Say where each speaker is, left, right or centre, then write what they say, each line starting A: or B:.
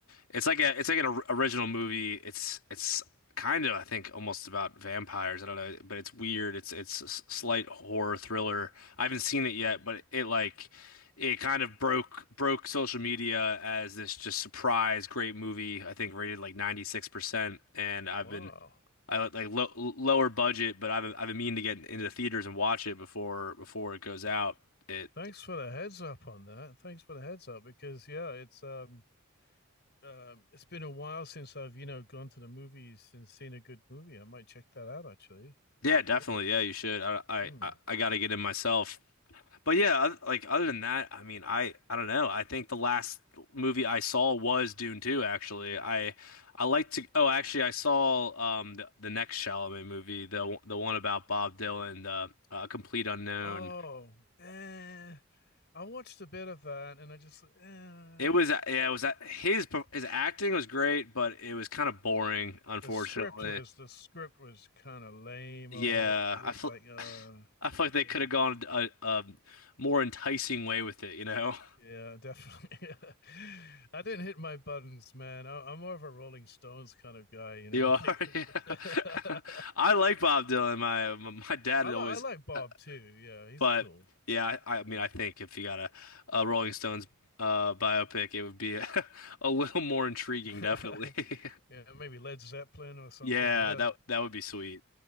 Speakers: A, on the left (about 80°); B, on the left (about 50°).
A: it's like a it's like an or- original movie. It's it's kind of I think almost about vampires. I don't know, but it's weird. It's it's a s- slight horror thriller. I haven't seen it
B: Oh,
A: yet, but it like it kind of broke broke social media as this just surprise great movie. I think rated like 96%, and I've
B: wow.
A: been I like like low, lower budget, but I've been- I've been meaning to get into the theaters and watch it before before it goes out. It
B: Thanks for the heads up on that. Thanks for the heads up because yeah, it's um, um it's been a while since I've you know gone to the movies and seen a good movie. I might check that out actually.
A: yeah, definitely.
B: Yeah.
A: Yeah, you should. I I
B: Hmm.
A: I, I got to get in myself. But yeah, oth- like other than that, I mean, I I don't know. I think the last movie I saw was Dune 2 actually. I I like to oh, actually I saw um the, the next Chalamet movie, the the one about Bob Dylan, the uh, Complete Unknown.
B: Oh, eh. I watched a bit of that and I just eh.
A: It was yeah, it was uh, his his acting was great, but it was kind of boring, unfortunately.
B: the script was the script was kind of lame.
A: Yeah,
B: Oh, it was
A: I feel
B: like uh
A: <sighs> I feel like they
B: yeah,
A: could have gone a, a more enticing way with it, you know? <laughs>
B: yeah, definitely. <laughs> I didn't hit my buttons, man. I, I'm more of a Rolling Stones kind of guy, you know.
A: You
B: <laughs> when
A: are,
B: it
A: <laughs>
B: comes
A: yeah.
B: <laughs>
A: <laughs> I like Bob Dylan. My my dad
B: I
A: had
B: like
A: always,
B: I like Bob
A: uh,
B: too. Yeah, he's
A: but
B: cool.
A: yeah, I,
B: Yeah,
A: I mean, I think if you got a, a Rolling Stones uh, biopic, it would be a, <laughs> a little more intriguing,
B: <laughs>
A: definitely. <laughs>
B: yeah, maybe Led Zeppelin or something.
A: Yeah,
B: You know,
A: that that would be sweet.